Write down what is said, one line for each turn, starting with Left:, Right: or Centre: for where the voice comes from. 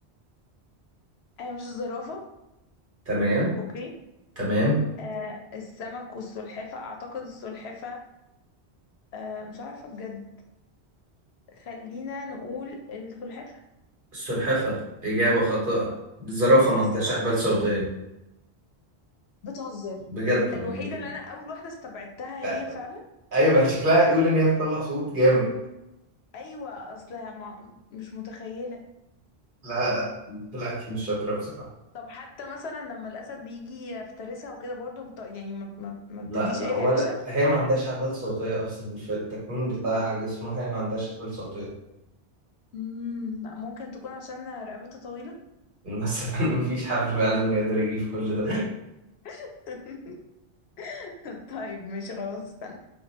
Left: آه مش الزرافة
Right: تمام
Left: اوكي
Right: تمام
Left: آه السمك والسلحفة اعتقد السلحفة آه مش عارفة بجد خلينا نقول السلحفاة
Right: السلحفة إجابة خاطئة الزرافة ما
Left: السمك
Right: عندهاش أحبال صوتية
Left: بتهزر
Right: بجد والله.
Left: الوحيدة اللي أنا أول واحدة استبعدتها
Right: آه،
Left: هي فعلا
Right: أيوة ما هي شكلها يقول إن هي بتطلع صوت جامد
Left: أيوة أصلها ما مش متخيلة
Right: لا لا طلعت مش شاطرة بصراحة
Left: طب حتى مثلا لما الأسد بيجي يفترسها وكده برضه بت... يعني ما, ما... ما
Right: لا
Left: بتديش
Right: لا
Left: أي
Right: ولا
Left: رياكشن
Right: هي ما عندهاش أحبال صوتية أصلا في التكوين بتاع جسمها هي ما عندهاش أحبال صوتية
Left: مم... لا، ممكن تكون عشان رقبتها طويلة
Right: مثلا <laughs> مفيش حبل فعلا يقدر يجيب كل ده
Left: <laughs> طيب ماشي خلاص استنى